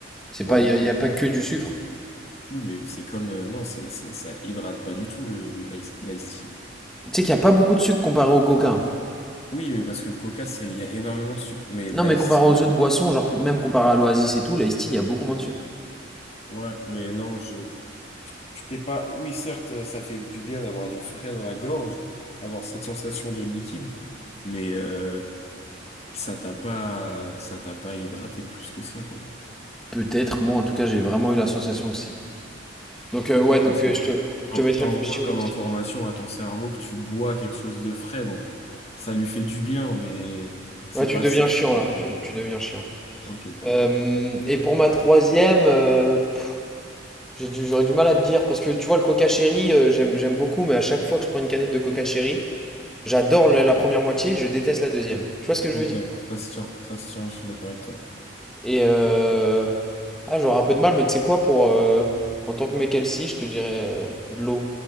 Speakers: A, in the centre; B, on the left.
A: c'est
B: Ouais,
A: pas,
B: mais
A: il y, a
B: non.
A: y a
B: c'est-
A: pas que du sucre.
B: Oui, mais c'est comme... euh, non, c'est, c'est, ça hydrate pas du tout, le l'ice l'ice tea.
A: Tu sais qu'il y a pas beaucoup de sucre comparé au coca. hein.
B: Oui, mais parce que le coca, c'est... Il y a énormément de sucre. Mais l'ice
A: Non, mais comparé
B: tea...
A: aux autres boissons, genre pour- même comparé à l'Oasis et tout, l'Ice Tea, il y a beaucoup moins de sucre.
B: Ouais, mais non, je... Tu tu t'es pas... Oui, certes, euh, ça fait du bien d'avoir du frais dans la gorge, avoir cette sensation de liquide, mais euh, ça t'a pas... ça t'a pas hydraté plus que ça, quoi.
A: Peut-être, moi en tout cas, j'ai vraiment eu la sensation que si. Donc, euh, ouais,
B: Oui,
A: donc
B: parce que
A: euh, je te, je
B: T'en-
A: te mettrai
B: T'envoies
A: le flux sur
B: comme
A: l'Ice
B: information
A: Tea.
B: à ton cerveau que tu bois quelque chose de frais, donc ça lui fait du bien, mais c'est
A: Ouais, tu
B: pas
A: deviens
B: ça
A: chiant
B: qui va
A: là,
B: te...
A: tu, tu deviens chiant.
B: Ok, ok.
A: Euh, et pour ma troisième, euh, pff, j'ai du- j'aurais du mal à te dire parce que tu vois, le Coca Cherry, euh, j'aime, j'aime beaucoup, mais à chaque fois que je prends une canette de Coca Cherry, j'adore la, la première moitié, je déteste la deuxième. Tu vois ce que je
B: Ok,
A: veux dire?
B: ça se tient, ça se tient, je suis d'accord avec toi.
A: Et euh, ah, j'aurais un peu de mal, mais tu sais quoi, pour euh, en tant que mec LC, je te dirais euh, de l'eau.